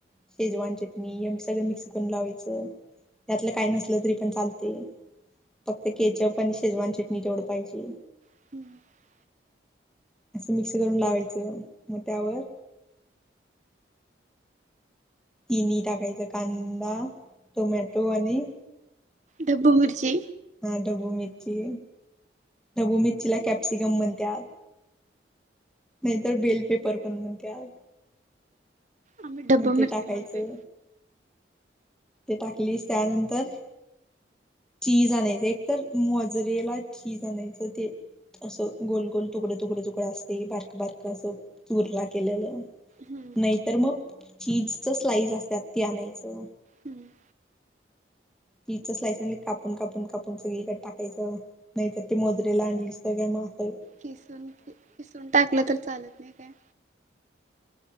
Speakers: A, in the centre; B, on the right.
A: शेजवान चटणी एव सगळ मिक्स लावायच, त्यातलं काय नसलं, तरी पण चालतेय फक्त केचप आणि शेजवान चटणी तेवढं पायजे
B: <inaudible>
A: असं, मिक्स करून लावायचं, म त्यावर तिनी टाकायचं, कांदा, टोमॅटो आणि
B: ढब्बू मिरची
A: हा, ढब्बू मिरची, ढब्बू मिरचीला कॅप्सिकम म्हणत्यात नाहीतर, बेल पेपरपण म्हणत्यात
B: आम्ही, डब्बा
A: ते
B: मिरची
A: टाकायचं
B: म्हणतेय
A: ते टाकलीस, त्यानंतर चीज आणायच, एकतर मोजरेला ठीज आणायचं ते असं, गोल -गोल, तुकडं -तुकडं -तुकडं असते, बारकं -बारकं असं, चूरला केलेलं
B: हम्म
A: नाही तर, मग, चीजच स्लाईस असत्यात, ते आणायचं.
B: हम्म
A: चीजच स्लाईस आणली कापून -कापून- कापून सगळीकडं टाकायचं, नाही तर, ते मोजरेला आणलीस सगळे मावतल
B: कीसून -किसून टाकलं तर चालल नाही काय?